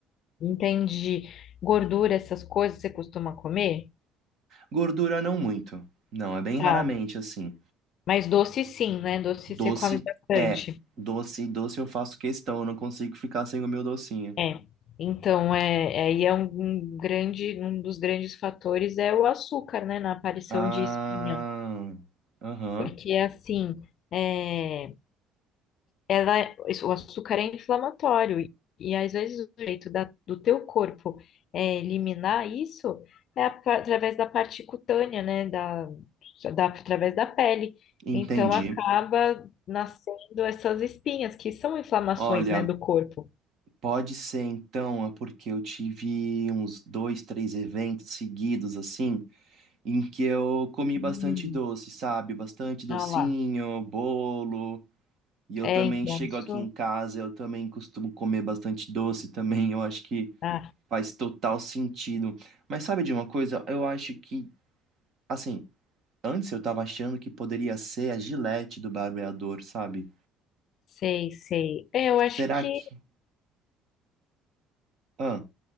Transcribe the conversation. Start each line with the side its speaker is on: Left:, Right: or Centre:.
Left: Entendi. Gordura, essas coisas você costuma comer?
Right: Gordura não muito. Não, é bem
Left: Tá.
Right: raramente assim.
Left: Mas doce sim, né? Doce
Right: Doce
Left: você come bastante.
Right: é. Doce, doce eu faço questão, eu não consigo ficar sem o meu docinho.
Left: É. Então, é, é, aí é um, um grande, um dos grandes fatores é o açúcar, né? Na aparição
Right: Ah,
Left: de espinha.
Right: aham,
Left: Porque assim, é, ela, é- isso- o açúcar é inflamatório e, e às vezes o jeito da- do teu corpo é, eliminar isso é a pa- através da parte cutânea, né, da, da- através da pele.
Right: entendi.
Left: Então acaba nascendo essas espinhas que são inflamações,
Right: Olha,
Left: né, do corpo.
Right: pode ser então, é porque eu tive uns dois, três eventos seguidos assim, em que eu comi
Left: Uhum.
Right: bastante doce, sabe? Bastante docinho,
Left: Ah lá.
Right: bolo. E eu
Left: É,
Right: também
Left: então
Right: chego
Left: isso.
Right: aqui em casa, eu também costumo comer bastante doce também. Eu acho que
Left: Ah,
Right: Faz total sentido. Mas sabe de uma coisa? Eu acho que, assim, antes eu tava achando que poderia ser a Gillette do barbeador, sabe?
Left: sei, sei. É, eu acho
Right: Será
Left: que.
Right: que. Ah,